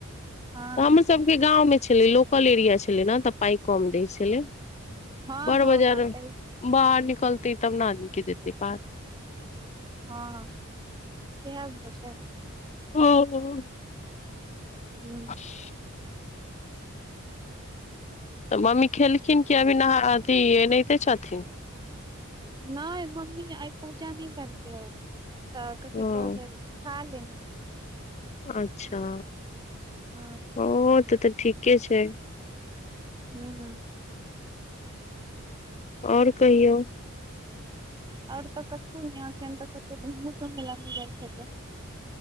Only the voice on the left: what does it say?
सम सबके गाँंव मे छलै लोकल एरिया छलै ने तऽ पाइ कम दै छलै
बर
बाजार
बाहर निकलतय तब न आदमीे देतय पाय
ह ह
ह <unintelligible> तऽ मम्मी खेलखिन कि अभी नहा अथि एनाहिते छथिन
ह
अच्छा
ओ त त ठीके छै
आओर कहियौ